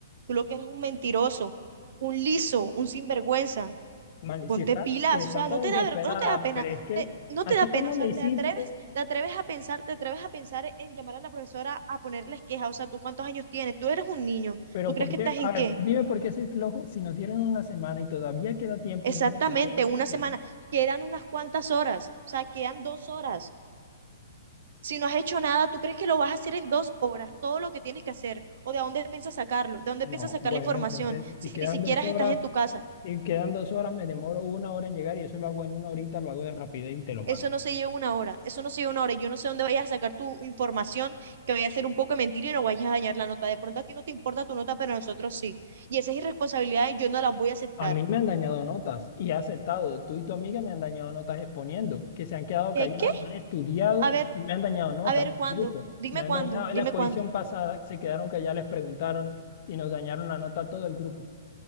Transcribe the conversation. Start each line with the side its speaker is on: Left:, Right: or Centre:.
Right: Tú lo que eres es un mentiroso, un liso, un sinvergüenza.
Left: Man, y
Right: Ponte
Left: si está,
Right: pilas,
Left: si están
Right: o sea,
Left: tan
Right: no te
Left: desesperada,
Right: da vergüenza, no te da pena,
Left: pero es que
Right: te- no
Left: así
Right: te da pena,
Left: como
Right: o sea,
Left: le hiciste,
Right: te atreves, te atreves a pensar, te atreves a pensar en llamar a la profesora a ponerles queja, o sea, ¿tú cuántos años tienes? Tú eres un niño,
Left: pero
Right: ¿tú crees
Left: ¿por
Right: que
Left: qué?
Right: estás en
Left: A ver,
Right: qué?
Left: dime por qué soy flojo. Si nos dieron una semana y todavía queda tiempo,
Right: Exactamente,
Left: dime por qué, dime
Right: una
Left: por
Right: semana,
Left: qué.
Right: quedan unas cuantas horas, o sea, quedan dos horas. Si no has hecho nada, ¿tú crees que lo vas a hacer en dos horas? Todo lo que tienes que hacer. ¿O de dónde piensas sacarlo? ¿De dónde
Left: No,
Right: piensas sacar
Left: bueno,
Right: la información?
Left: entonces
Right: Si
Left: si quedan
Right: ni siquiera
Left: dos horas.
Right: estás en tu casa.
Left: Si quedan dos horas, me demoro una hora en llegar y eso lo hago en una horita, lo hago de rapidez y te lo mando.
Right: Eso no se lleva una hora. Eso no se lleva una hora. Y yo no sé dónde vayas a sacar tu información, que vaya a ser un poco de mentira y no vayas a dañar la nota. De pronto a ti no te importa tu nota, pero a nosotros sí. Y esas irresponsabilidades yo no las voy a aceptar.
Left: A mí me han dañado notas y he aceptado. Tú y tu amiga me han dañado notas exponiendo, que se han quedado
Right: ¿Qué?
Left: calladas,
Right: ¿Qué?
Left: no han estudiado
Right: A ver,
Left: y me han dañado notas
Right: a ver,
Left: en
Right: ¿cuándo?
Left: el grupo.
Right: Dime
Left: Me han
Right: cuándo,
Left: dañado.
Right: dime
Left: En la exposición
Right: cuándo.
Left: pasada se quedaron calladas, les preguntaron y nos dañaron la nota a todo el grupo.